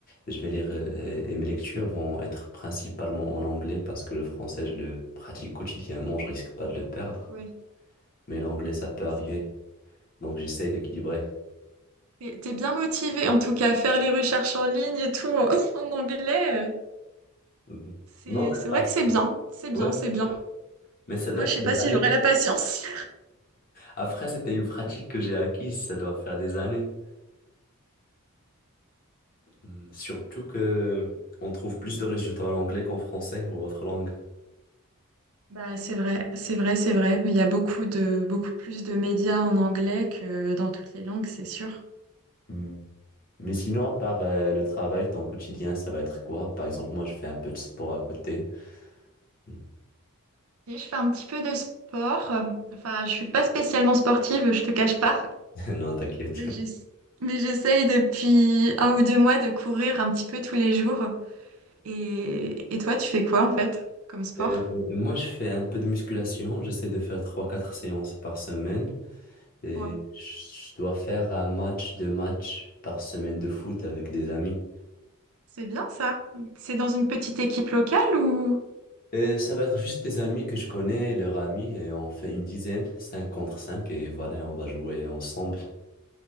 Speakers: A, on the left; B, on the right.
A: je vais les re- euh, et mes lectures vont être principalement en anglais parce que le français, je le pratique quotidiennement, je risque pas de le perdre.
B: Oui,
A: Mais l'anglais, ça peut arriver.
B: c'est-
A: Donc j'essaie d'équilibrer.
B: T'es t'es bien motivé en tout cas, faire les recherches en ligne et tout <laughs> en anglais, euh,
A: Mhm.
B: c'est
A: Non, mais
B: c'est
A: parce
B: vrai que c'est
A: que-
B: bien, c'est bien,
A: ouais, c'est
B: c'est bien.
A: sûr. Mais ça
B: Moi,
A: date
B: je sais
A: des
B: pas si
A: années.
B: j'aurais la patience.
A: Après, c'était une pratique que j'ai acquise, ça doit faire des années. Mhm. Surtout que on trouve plus de résultats en anglais qu'en français ou autre langue.
B: Bah, c'est vrai, c'est vrai, c'est vrai. Il y a beaucoup de, beaucoup plus de médias en anglais que dans toutes les langues, c'est sûr.
A: Mhm. Mais sinon, à part euh, le travail, ton quotidien, ça va être quoi? Par exemple, moi, je fais un peu de sport à côté. <laughs>
B: Si je fais un petit peu de sport, enfin, je suis pas spécialement sportive, je te cache pas,
A: Non, t'inquiète.
B: mais j'ess- mais j'essaye depuis un ou deux mois de courir un petit peu tous les jours. Et, et toi, tu fais quoi en fait comme sport?
A: Euh, moi, je fais un peu de musculation. J'essaie de faire trois, quatre séances par semaine. Et
B: Ouais.
A: je dois faire un match, deux matchs par semaine de foot avec des amis.
B: C'est bien ça. C'est dans une petite équipe locale ou?
A: Et ça va être juste des amis que je connais, leurs amis, et on fait une dizaine, 5 contre 5 et voilà, on va jouer ensemble.